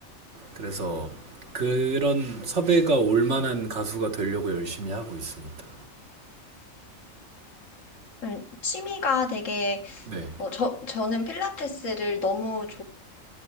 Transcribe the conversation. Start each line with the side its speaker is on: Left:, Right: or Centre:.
Right: 그래서 그런 섭외가 올 만한 가수가 되려고 열심히 하고 있습니다.
Left: 음, 취미가 되게,
Right: 네.
Left: 어, 저, 저는 필라테스를 너무